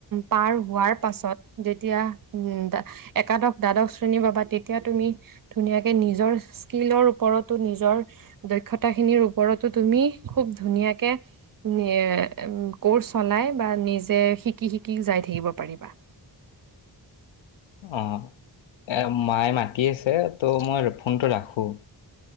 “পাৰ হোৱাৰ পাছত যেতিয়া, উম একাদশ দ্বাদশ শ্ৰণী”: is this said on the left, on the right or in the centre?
Right